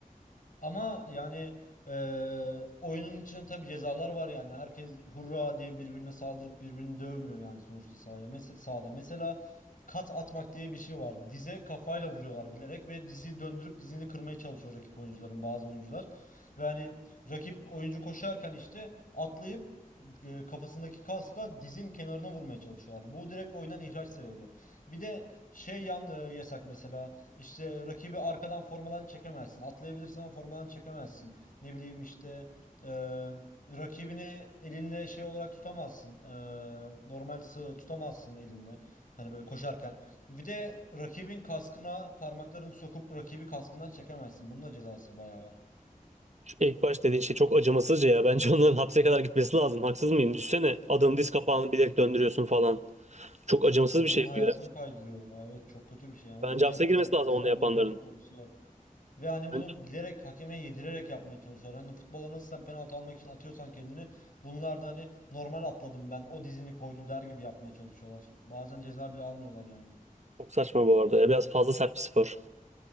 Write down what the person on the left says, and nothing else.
Ama yani eee, oyunun içinde tabii cezalar var yani. Herkes hurra diye birbirine saldırıp birbirini dövmüyor yani sonuçta sahaya. Mesela, sahada mesela kat atmak diye bir şey var. Dize kafayla vuruyorlar bilerek ve dizi döndürüp dizini kırmaya çalışıyor rakip oyuncuların bazı oyuncular. Ve hani rakip oyuncu koşarken işte atlayıp e, kafasındaki kaskla dizin kenarına vurmaya çalışıyorlar. Bu direkt oyundan ihraç sebebi. Bir de şey yan e, yasak mesela. İşte rakibi arkadan formadan çekemezsin. Atlayabilirsin ama formadan çekemezsin. Ne bileyim işte e, rakibini elinle şey olarak tutamazsın. E, normal sığ tutamazsın elinle. Hani böyle koşarken. Bir de rakibin kaskına parmaklarını sokup rakibi kaskından çekemezsin. Bunun da cezası bayağı var.
Adamın
hayatını
kaydırıyor ya. Evet çok kötü bir şey. ya. Ve
bunu
yapan
çok fazla
Amerikan futbolcusu var. Ve hani bunu
bilerek hakeme yedirerek yapmaya çalışıyorlar. Hani futbola nasıl sen penaltı almak için atıyorsan kendini bunlar da hani normal atladım ben o dizini koydu der gibi yapmaya çalışıyorlar. Bazen ceza bile almıyorlar yani.